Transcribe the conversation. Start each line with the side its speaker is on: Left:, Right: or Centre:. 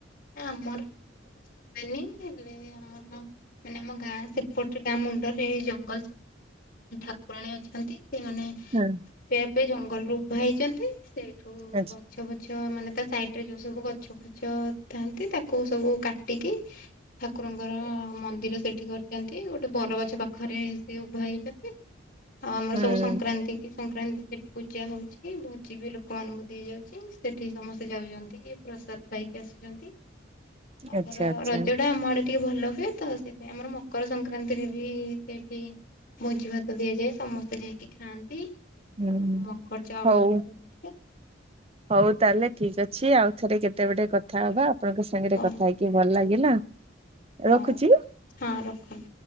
Left: ନା ଆମର <unintelligible> ହେଲେ ଆମର ମାନେ ଆମ ଗାଁ ସେପଟରେ ଗାଁ ମୁଣ୍ଡରେ ଜଙ୍ଗଲ ସେପଟେ ଠାକୁରାଣୀ ଅଛନ୍ତି ସେମାନେ
Right: ହଁ।
Left: ଏବେ ଜଙ୍ଗଲରୁ ଉଭା ହେଇଛନ୍ତି ସେଇଠୁ
Right: ଆଛା
Left: ଗଛ ବଛ ଗଛ ମାନେ ତା ସାଇଟ ରେ ଯୋଉ ସବୁ ଗଛ ଫୁଛ ଥାନ୍ତି ତାକୁ ସବୁ କାଟିକି ଠାକୁରଙ୍କର ମନ୍ଦିର ସେଠି କରିଛନ୍ତି ଗୋଟେ ବରଗଛ ପାଖରେ ସେ ଉଭା ହେଇଛନ୍ତି। ଆଉ ଆମର
Right: ହୁଁ
Left: ସବୁ ସଂକ୍କ୍ରାନ୍ତି କି ସଂକ୍ରାନ୍ତି ସେଠି ପୂଜା ହଉଛି ଭୋଜି ବି ଲୋକମାନାନଙ୍କୁ ଦିଆ ଯାଉଛି ସେଠି ସମସ୍ତେ ଯାଉଛନ୍ତି। ପ୍ରସାଦ ପାଇକି ଆସୁଛନ୍ତି ଆମର
Right: ଆଚ୍ଛା ଆଚ୍ଛା
Left: ରଜ ଟା ଆମ ଆଡେ ଟିକେ ଭଲ ହୁଏ ତ ସେଠ ଆମର ମକର ସଂକ୍ରାନ୍ତିରେ ବି ସେଇଠି ମୋଜି ଭାତ ଦିଆଯାଏ ସମସ୍ତେ ଯାଇକି ଖାଆନ୍ତି
Right: ହୁଁ
Left: ଆଉ ମକର ଚାଉଳ
Right: ହଉ
Left: ବି ଦିଅନ୍ତି।
Right: ହଉ ତାହେଲେ ଠିକ ଅଛି ଆଉ ଥରେ କେତେ ଗଟେ କଥା ହବା ଆପଣଙ୍କ ସାଙ୍ଗରେ
Left: ହ
Right: କଥା ହେଇକ ଭଲ ଲାଗିଲା?
Left: ହଉ
Right: ରଖୁଛି।
Left: ହଁ ରଖନ୍ତୁ।